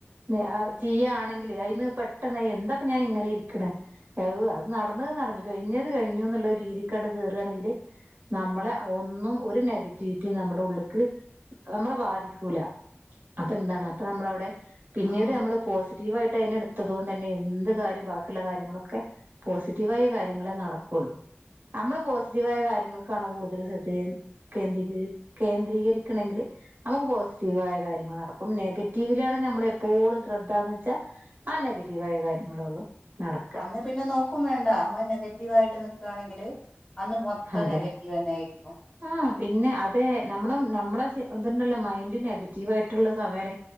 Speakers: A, on the right; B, on the left.
A: ത് അത് ചെയ്യാണെങ്കില് അയിന്ന് പെട്ടെന്ന് എന്താപ്പം ഞാനിങ്ങനെ ഇരിക്ക്ണെ <unintelligible> അ നടന്നത് നടന്ന് കഴിഞ്ഞത് കഴിഞ്ഞൂന്ന്ള്ളൊരു രീതിക്കാണ്ട് കേറാണെങ്കില് നമ്മളെ ഒന്നും ഒരു നെഗറ്റിവിറ്റി നമ്മുടെ ഉള്ള്ക്ക് നമ്മളെ ബാധിക്കൂല അപ്പെന്താണ് അപ്പം നമ്മളവിടെ പിന്നീട്
B: ഉം
A: നമ്മള് പോസിറ്റീവായിട്ട് അയിനെ ഇട്ത്തതോടെന്നെ എന്ത് കാര്യം ബാക്കിള്ള കാര്യങ്ങളൊക്കെ പോസിറ്റീവായ കാര്യങ്ങളെ നടക്കൊള്ളൂ നമ്മള് പോസിറ്റീവായ കാര്യങ്ങൾക്കാണ് കൂടുതല് ശ്രദ്ധ കേന്ദ്രീക കേന്ദ്രീകരിക്ക്ണെങ്കില് നമുക്ക് പോസിറ്റീവായ കാര്യങ്ങൾ നടക്കും നെഗറ്റീവിലാണ് നമ്മളെ എപ്പോളും ശ്രദ്ധാന്ന് വെച്ചാ ആ നെഗറ്റീവായ കാര്യങ്ങളൊള്ളൂ നടക്ക
B: അന്ന് പിന്നെ നോക്കും വേണ്ട നമ്മ ള് നെഗറ്റീവായിട്ട് നിക്കാണെങ്കില് അന്ന് മൊത്തം
A: അതെ
B: നെഗറ്റീവെന്നെ ആയിരിക്കും
A: ആഹ് പിന്നെ അതെ നമ്മളെ നമ്മളെ ഇത്ണ്ടല്ലോ മൈൻഡ് നെഗറ്റീവായിട്ട്ള്ള സമയാണെ